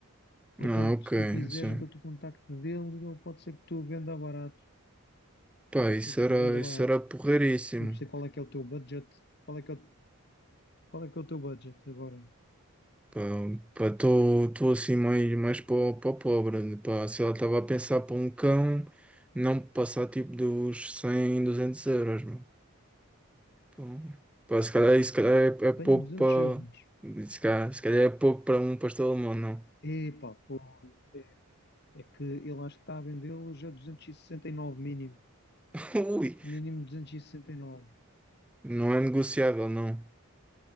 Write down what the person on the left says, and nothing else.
Portanto,
se tu quiseres,
eu dou-te o contacto dele e ele pode ser que tu venda barato.
Pode
ser que
tu venda barato.
Não sei qual é que é o teu budget. Qual é que é o, qual é que é o teu budget agora?
100, 200
euros.
Epá, pô, é, é que ele acho que está a vendê-los a 269 mínimo.
Mínimo 269.